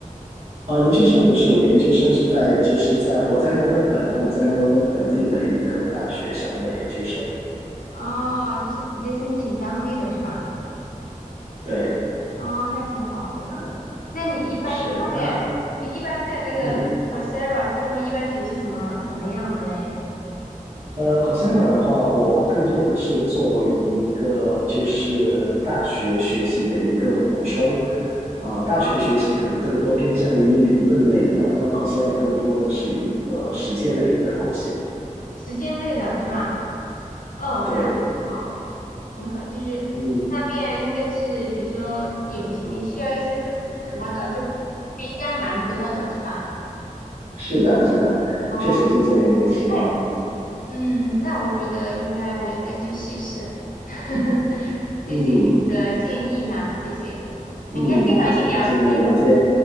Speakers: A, on the right; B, on the left.
A: 哦，研究生不是，我研究生是在就是在我在墨尔本，然后我在墨尔本本地的一个大学上的研究生。
B: 哦，就是直接申请当地的是吧？
A: 对，
B: 哦，那挺好的。
A: 他
B: 那你一般在上面，
A: 是他，
B: 你一般在那个
A: 嗯。
B: Coursera 这上面一般学习什么什么样的嘞？
A: 呃，Coursera 的话，我更多的是作为一个就是大学学习的一个补充，啊、大学学习可能更多偏向于理论类的，
B: 哦，
A: 那 Coursera 更多的是一个实践类的东西。
B: 时间内的是吧？哦，
A: 对，
B: 那挺好的，挺好的。就是上面应该是，
A: 嗯，
B: 比如说有些你需要一些证书什么的，就应该蛮多的是吧？
A: 是的，是的，
B: 哦，
A: 确实是这样一个情况。
B: 哎。嗯，那我觉得应该，我应该去试一试。<laughs> 谢谢你的建议哈，
A: 嗯
B: 谢谢，很开心和你聊天。
A: 嗯，非常开心和你聊天，